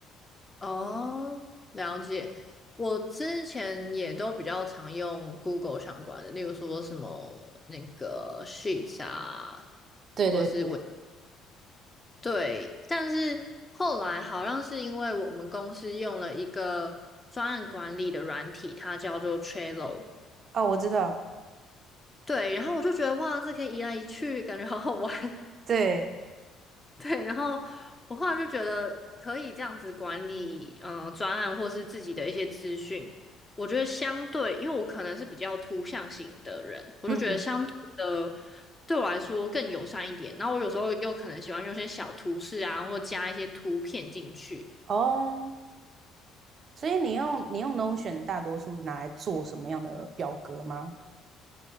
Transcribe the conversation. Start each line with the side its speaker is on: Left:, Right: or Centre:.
Left: 哦，了解。我之前也都比较常用 Google 相关的，例如说什么那个 Sheets 啊，
Right: 对对对，
Left: 或者是对，但是后来好像是因为我们公司用了一个专案管理的软体，它叫做 Trello。
Right: 哦，我知道，
Left: 对，然后我就觉得哇，这可以移来移去，感觉好好玩。
Right: 对，
Left: <laughs> 对，然后我后来就觉得可以这样子管理，嗯、专案或是自己的一些资讯。我觉得相对，因为我可能是比较图像型的人，我就觉得相对的
Right: 嗯，
Left: 对我来说更友善一点。然后我有时候又可能喜欢用一些小图示啊，或加一些图片进去。
Right: 哦，所以你用你用 Notion 大多数拿来做什么样的表格吗？